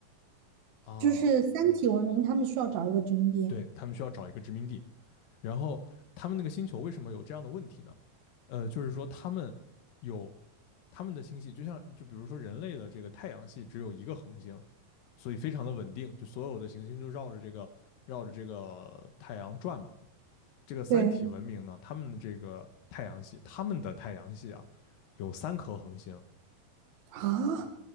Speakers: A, on the left; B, on the right.
A: 啊，
B: 就是三体文明，他们需要找一个殖民地。
A: 对他们需要找一个殖民地。然后他们那个星球为什么有这样的问题呢？呃，就是说他们有他们的星系，就像就比如说人类的这个太阳系只有一个恒星，所以非常的稳定，就所有的行星就绕着这个绕着这个太阳转嘛。这个三体文明呢，
B: 对
A: 他们的这个太阳系，他们的太阳系啊，有三颗恒星，
B: 啊，